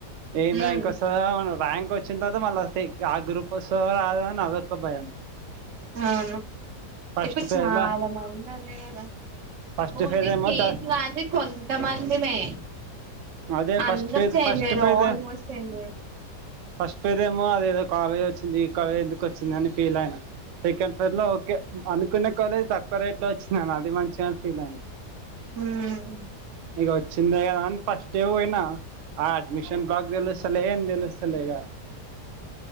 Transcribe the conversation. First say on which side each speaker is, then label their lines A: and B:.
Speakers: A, on the right (about 75°); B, on the right (about 50°).
A: ఏం
B: ఉమ్
A: ర్యాంక్ వస్తదా <unintelligible> ర్యాంక్ వచ్చిన తర్వాత మళ్ళీ ఆ గ్రూప్ వస్తదో రాదో అని అదొక భయం
B: అవును
A: ఫస్ట్
B: ఇప్పుడు
A: ఫేజ్లా
B: చాలా మంది అదే కద
A: ఫస్ట్
B: ఓన్లీ
A: ఫేజ్ ఏమో
B: చేంజ్
A: ద
B: కానిది కొంతమంది మే
A: అదే
B: అందరు
A: ఫస్ట్ ఫేజ్
B: చేంజ్
A: ఫస్ట్
B: అయ్యిర్రు
A: ఫేజ్
B: ఆల్మోస్ట్ చేంజయిర్రు
A: ఫస్ట్ పోయిదేమో అదేదో కాలేజ్ వచ్చింది ఈ కాలేజ్ ఎందుకచ్చిందని ఫీల్ అయిన సెకండ్ ఫేర్లో ఓకే అనుకునే కాలేజ్ తక్కువ రేట్ లో వచ్చిందిను అది మంచిగని ఫీల్ అయిన
B: మ్మ్
A: ఇక వచ్చిందే కదా అని ఫస్ట్ ఏ పోయినా ఆ అడ్మిషన్ బ్లాక్ తెలుస్తలే ఏం తెలుస్త సలేగా